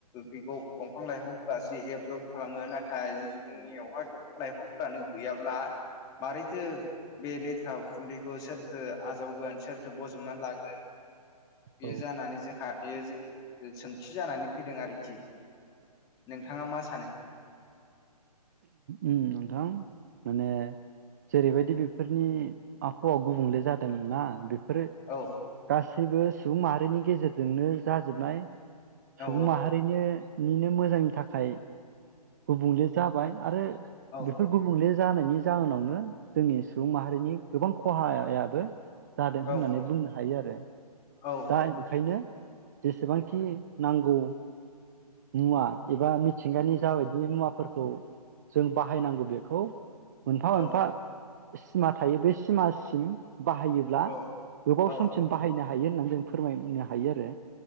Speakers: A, on the left; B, on the right.
A: बेखौ दंफां लाइफांफोरासो एबजर्ब खालामो नाथाय जिथु जोंनियावहाय दंफां लाइफां फ्रानो गैयाब्ला मारैथो बे लेथ्रा उखुन्दैखौ सोरथो आजावगोन सोरथो बज बुथुमनानै लागोन बे
B: औ
A: जानानै जोंहा बे जों सोंथि जानानै फैदों आरोखि नोंथाङा मा सानो
B: ओम नोंथां माने जेरैबायदि बेफोरनि आबहावा गुबुंले जादों ना बेफ फोरो
A: औ
B: गास गासैबो सुबुं माहारिनि गेजेरजोंनो जाजोबनाय सुबुं
A: औ
B: माहारिनिनो निनो मोजांनि थाखाय गुबुंले जाबाय आरो
A: औ
B: बेफोर गुबुंले जानायनि जाहोनावनो जोंनि सुबुं माहारिनि गोबां खहायायाबो जादों होननानै
A: औ
B: बुंनो हायो आरो
A: औ
B: दा ओंखायनो जेसेबांखि नांगौ मुवा एबा मिथिंगानि जाबायदि मुवा फोरखौ जों बाहायनांगौ बेखौ मोनफा मोनफा
A: औ
B: सिमा थायो बे सिमासिम बाहायोब्ला
A: औ
B: गोबाव
A: औ
B: समसिम बाहायनो हा हायो होनना जों फोरमायनो हायो आरो